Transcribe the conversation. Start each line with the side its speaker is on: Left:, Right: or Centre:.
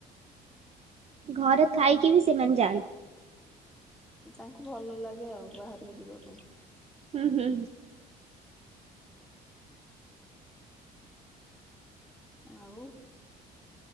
Right: ଘରେ ଥାଇକି ବି ସେମାନେ ଯାଆନ୍ତି।
Centre: ତାଙ୍କୁ ଭଲ ଲାଗେ ଆଉ ବାହାରକୁ ଯିବା ପାଇଁ।
Right: ହୁଁ ହୁଁଁ।
Centre: ଆଉ।